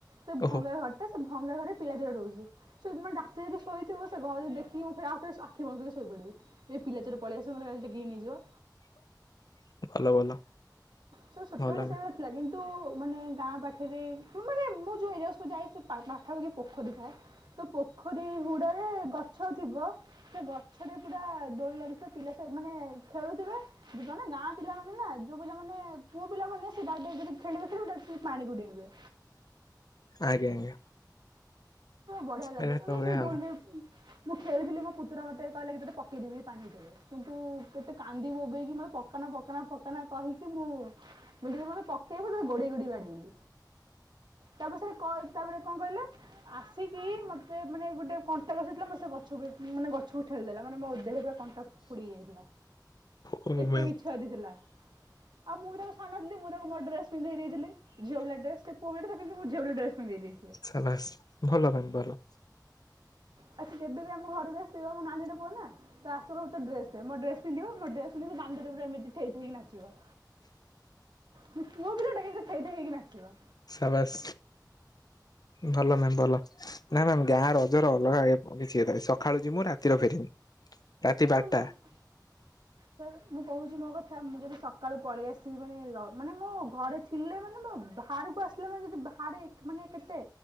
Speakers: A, on the right; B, on the left.
A: ସେ
B: ଓହୋ
A: ଭଙ୍ଗା ଘର ଟା ସେ ଭଙ୍ଗା ଘରେ ପିଲାଚୋର ରହୁଛି ସେଇମେ ଡାତିରେ ଯଜି ଶୋଇଥିବ ସେ ଘରେ ଦେଖି ମୁଁ ରାତିରେ ଆଖି ବନ୍ଦ କରିକୀ ଶୋଇପଡ଼ିବି। ଏ ପିଲାଚୋର ପଳିଆସିବ ମତେ କାଳେ ଟେକିକି ନେଇଯିବ
B: <unintelligible> ଭଲ
A: ସେ ସେତେବେଳେ
B: ଭଲ।
A: ସେଇଭଳିଆ ହେଲା କିନ୍ତୁ ମାନେ ଗାଁ ପାଖରେ ମାନେ ମୁଁ ଯୋଉ ଏରିଆ ସବୁ ଯାଏ ସେ ପା ପାଖାପାଖି ପୋଖରୀ ଥାଏ ତ ପୋଖରୀ ହୁଡାରେ ଗଛ ଥିବ ସେ ଗଛରେ ପୁରା ଦୋଳି ଲାଗିଥିବ ପିଲା ସବୁ ସେ ମାନେ ଖେଳୁଥିବେ ଯିବା ନା ଗାଁ ପିଲାମାନେ ନା ଯୋଉ ପିଲାମନେ ପୁଅ ପିଲାମାନେ ସେ <inaudible> ଖେଳିବେ ଖେଳିବେ ପାଣିକୁ ଡେଇଁବେ
B: ଆଜ୍ଞା ଆଜ୍ଞା।
A: ବଢିଆ ଲାଗେ
B: ଏଇଆ ତ
A: ମୁଁ
B: ହୁଏ
A: ସେଇ
B: ଆଉ
A: ଦୋଳିରେ ମୁଁ ଖେଳିଥିଲି ମୋ ପୁତୁରା ମତେ କହିଲା କି ତୋତେ ପକେଇଦେବି ପାଣିି ଭିତରେ କିନ୍ତୁ କେତେ କାନ୍ଦି ବୋବେଇକି ନା ମୋତେ ପକାନ ପକାନ ପକାନ କହିକି ମୁଁ ମୁଁ କହିଲି ମତେ ପକେଇବୁ ତତେ ଗୋଡେଇ ଗୋଡେଇ ବାଡେଇବି ତାପରେ ସେ କ ତାପରେ କଣ କହିଲେ ଆସିକି ମୋତେ ମାନେ ଗୋଟେ କଣ୍ଟା ଗଛ ଥିଲା ମତେ ସେ ମାନେ ଗଛକୁ ଉପ ଠେଲି ଦେଲା ମାନେ ମୋ ଦେହରେ ପୁରା କଣ୍ଟା ପୁ ଫୁଡିହେଇ ଯାଇଥିଲା
B: ଓ
A: ଏତେ
B: ମ୍ୟାମ୍
A: ବିଛୁଆତି ଥିଲା ଆଉ ମୁଁ ବି ତା ଥାନ ଥିଲି ମୁଁ ଯେଉ ମୋ ଡ୍ରେସ୍ ପିନ୍ଧେଇ ଦେଇ ଥିଲି ଝିଅ ପିଲା ଡ୍ରେସ୍ ସେ ପୁଆ ପିଲା କିନ୍ତ ମୁଁ ଝିଅପିଲା ଡ୍ରେସ୍ ପିନ୍ଧେଇ ଦେଇଥିଲି
B: ସାବାସ୍ ଭଲ ପାଇଁ ଭଲ।
A: ଆଉ ସିଏ ଯେବେ ବି ଆମ ଘରକୁ ଆସିବ ମୋ ନାନୀ ର ପୁଅ ନା ତ ଆସିବ ମତେ କହିବା ତୋ ଡ୍ରେସ୍ ଦେ ମୋ ଡ୍ରେସ ପିନ୍ଧିବ ମୋ ଡ୍ରେସ୍ ପିନ୍ଧିବ ସେ ଦାଣ୍ଡରେ ପୁରା ଏମିତି ଥେଇଥେଇକି ନାଚିବ। ପୁଅ ପିଲାଟା କିନ୍ତୁ ଥେଇଥେଇ ହେଇକି ନାଚିବ।
B: ଶାବାସ୍ ଭଲ ମ୍ୟାମ୍ ଭଲ। ନାଇ ମ୍ୟାମ୍ ଗାଁ ରଜରେ ଅଲଗା କିଛି ହେଇଥାଏ ସକାଳୁ ଜିମୁଁ ରାତିରେ ଫେରୀମି। ରାତି
A: ସେ
B: ବାରଟା।
A: ସାର୍ ମୁଁ କହୁଛି ମୋ କଥା ମୁଁ ଯଦି ସକାଳୁ ପଳେଇ ଆସିବି ମାନେ ର ମାନେ ମୋ ଘରେ ଥି ପିଲେ ମାନେ ମ ବାହାରକୁ ଆସିଲେ ମାନେ ଯଦି ବାହାରେ ମାନେ କେତେ